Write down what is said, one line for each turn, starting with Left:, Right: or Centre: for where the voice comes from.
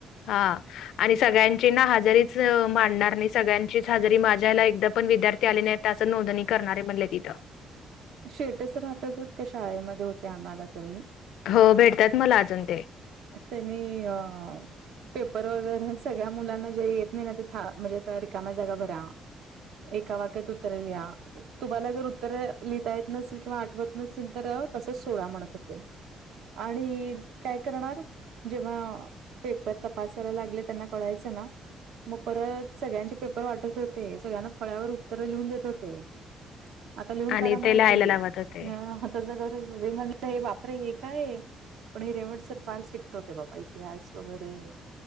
Left: हा आणि सगळ्यांची ना, हजरीच मांडणार नाही सगळ्यांचीच हजेरी माझ्याला एकदा पण विद्यार्थी आले नाही त्याच नोंदणी करणारे म्हणले तिथं
Right: शेटस वाटवतात का, शाळेमध्ये होते आम्हाला तरी
Left: हो भेटतयात मला अजून ते.
Right: त्यांनी अ पेपर वगैरे सगळ्या मुलांना जे येत नाही ना ते, म्हणजे रिकाम्या जागा भरा. एका वाक्यात उतरे लिहा. तुम्हाला जर उत्तर लिहिता येत नसेल, किंवा आठवत नसेल, तर तसच सोडा म्हणत होते. आणि काय कणार जेव्हा पेपर तसायला लागले. त्यांना कळायच ना. मग परत सगळ्यांचे पेपर वाटत होते. सगळ्यांना फळ्यावर उत्तर लिहून देत होते. आता लिहून काढा
Left: आणि
Right: म्हणायचं
Left: ते लिहायला
Right: हे.
Left: लावत होते.
Right: त्या गरज म्हणल हे बापरे हे काये? पण हीरेमट सर फार स्ट्रिक्ट होते बाबा. इतिहास वगैरे.